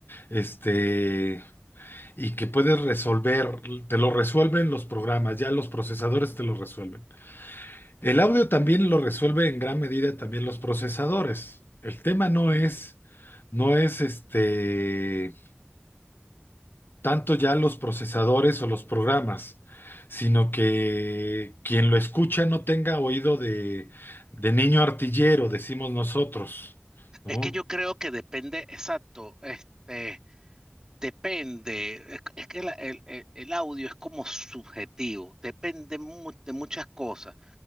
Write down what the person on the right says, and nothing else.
Es que yo creo que depende, exacto, este, depende. Es, es que la- el, el- el audio es como subjetivo, depende mu- de muchas cosas.